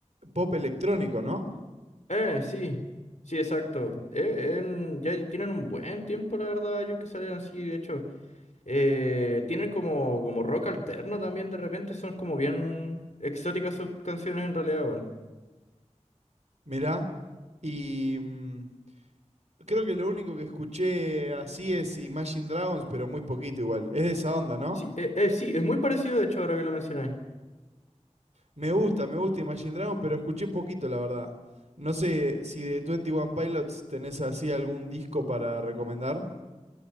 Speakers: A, on the right; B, on the left.
A: pop electrónico, ¿no?
B: Eh, sí. Sí, exacto. Eh, en- ya tienen un buen tiempo, la verdad, ellos que salieron, sí, de hecho. Eh, tienen como, como rock alterno también de repente, son como bien exóticas sus canciones en realidad, weón.
A: Mirá. Y mm, creo que lo único que escuché así es Imagine Dragons, pero muy poquito igual. Es de esa onda, ¿no?
B: Sí, eh, eh, sí, es muy parecido, de hecho, ahora que lo mencionáis.
A: Me gusta, me gusta Imagine Dragon, pero escuché poquito, la verdad. No sé si de 21 Pilots tenés así algún disco para recomendar.